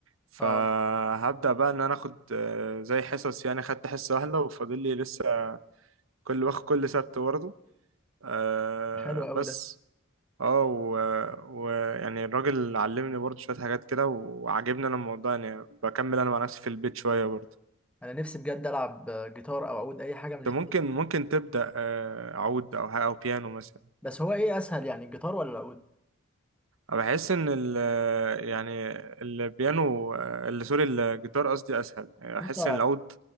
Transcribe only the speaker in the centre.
اه
حلو أوي
ده
انا نفسي بجد العب جيتار او عود اي حاجه من
الاثنين
بس هو ايه اسهل يعني الجيتار ولا العود
انت